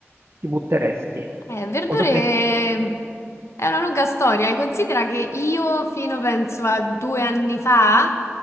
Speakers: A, on the right; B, on the left.
A: ti butteresti?
B: Eh, verdure
A: Cosa
B: è una lunga storia. Considera che io fino penso a due anni fa